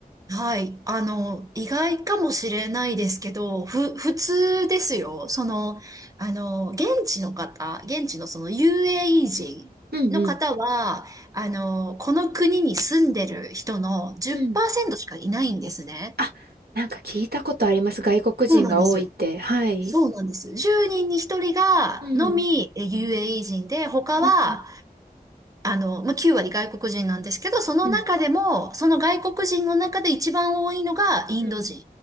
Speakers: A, on the right (about 20°); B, on the right (about 85°).
A: はい。あの、意外かもしれないですけど、ふ、普通ですよ。その、あの、現地の方、現地のその UAE 人の方は、
B: うんうん。
A: あの、この国に住んでる人の10%
B: うん。
A: しかいないんですね。
B: あ、なんか聞いたことあります。外国人が多いって。
A: そうなんですよ。
B: はい。
A: そうなんです。10人に1人がのみえ
B: うん。
A: UAE 人で、他は、
B: うん。
A: あの、まあ、9割外国人なんですけど、その中でも、
B: うん。
A: その外国人の中で一番多いのがインド人。
B: うん